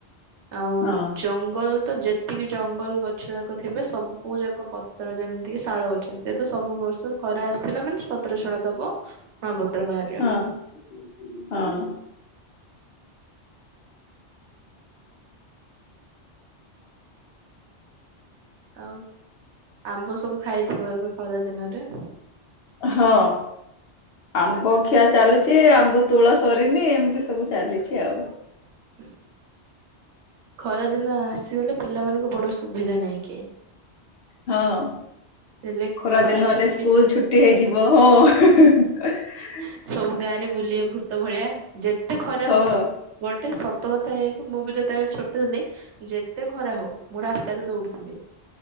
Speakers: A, on the right; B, on the left.
A: ଆଉ
B: ହଁ
A: ଜଙ୍ଗଲ ତ ଯେତିକି ଜଙ୍ଗଲ ଗଛ ଯାକ ଥିବେ ସବୁ ଯାକ ପତ୍ର ଯେମିତିକି ଶାଳ ଗଛ୍ ସେ ତ ସବୁ ବର୍ଷ ଖରା ଆସିଲା ମାନେ ପତ୍ର ଛଡା ଦବ ନୂଆ ପତ୍ର ବାହାରିବା।
B: ହଁ ହଁ।
A: ଆଉ ଆମ୍ବ ସବୁ ଖାଇଥିବ ଏବେ ଖରା ଦିନରେ?
B: ହଁ। ଆମ୍ବ ଖିଆ ଚାଲିଛି ଆମ୍ବ ତୋଳା ସରିନି ଏମିତି ସବୁ ଚାଲିଛି ଆଉ।
A: ହୁଁ। ଖରା ଦିନ ଆସିଗଲେ ପିଲାମାନଙ୍କୁ ବଡ ସୁବିଧା ନାଇଁ କି?
B: ହଁ।
A: ହେଲେ
B: ଖରା ଦିନ
A: ଛୁଟି
B: ହେଲେ ସ୍କୁଲ ଛୁଟି ହେଇଯିବ, ହଁ।
A: ଉଁ ସବୁ ଗାଆଁରେ ବୁଲିବେ ଭୂତ ଭଳିଆ ଯେତେ ଖରା
B: ହଁ।
A: ହଉଥାଉ। ଗୋଟେ ସତ କଥା ଏଇଆ କି ମୁଁ ବି ଯେତେବେଳେ ଛୋଟ୍ ଥିଲି ଯେତେ ଖରା ହଉ ମୁଁ ରାସ୍ତାରେ ଦୌଡୁଥିବି।